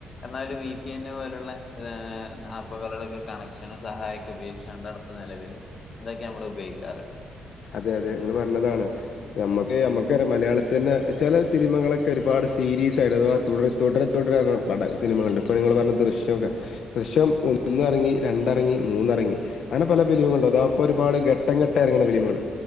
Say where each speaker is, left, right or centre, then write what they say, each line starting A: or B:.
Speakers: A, on the left; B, on the left.
A: എന്നാലും വി പി എൻ പോലുള്ള ആപ്പുകളുടെയൊക്കെ കണക്ഷനും സഹായവുമൊക്കെ ഉപയോഗിച്ച് കൊണ്ട് അടുത്ത നിലവില് ഇതൊക്കെയാ നമ്മള് ഉപയോഗിക്കാറ്
B: അതെ അതെ നിങ്ങൾ പറഞ്ഞതാണ് നമുക്ക് നമുക്കറിയാം മലയാളത്തിൽ തന്നെ ചില സിനിമകളൊക്കെ ഒരുപാട് സീരീസായിട്ട് അഥവാ തുട തുടരെ തുടരെ പട സിനിമകളുണ്ട് ഇപ്പോൾ നിങ്ങൾ പറഞ്ഞ ദൃശ്യമൊക്കെ ദൃശ്യം ഒന്നിറങ്ങി രണ്ടിറങ്ങി മൂന്നിറങ്ങി അങ്ങനെ പല ഫിലിമുകളുണ്ട് അതാ ഇപ്പോൾ ഒരുപാട് ഘട്ടം ഘട്ടം ഇറങ്ങണ ഫിലിമുകള്